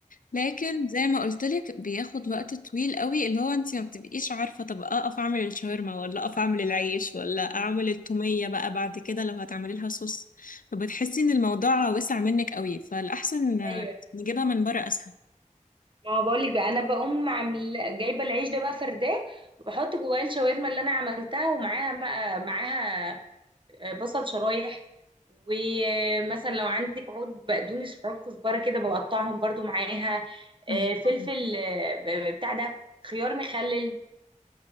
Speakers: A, on the left; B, on the right.
A: لكن زي ما قلت لك بياخد وقت طويل قوي اللي هو انت ما بتبقيش عارفه طب اقف اعمل الشاورما ولا اقف اعمل العيش ولا اعمل التوميه بقى بعد كده لو هتعملي لها صوص فبتحسي ان الموضوع وسع منك قوي فالاحسن آه،
B: ايوه
A: نجيبها من بره اسهل
B: ما هو بقول لك بقى انا بقوم عامل جايبه العيش ده بقى فرداه واحط جواه الشاورما اللي انا عملتها ومعاها بقى معاها آه، بصل شرايح ومثلا لو عندك عود بقدونس وعود كزبره كده بقطعهم برضو معاها آه،
A: الله
B: فلفل آه، بتاع ده خيار مخلل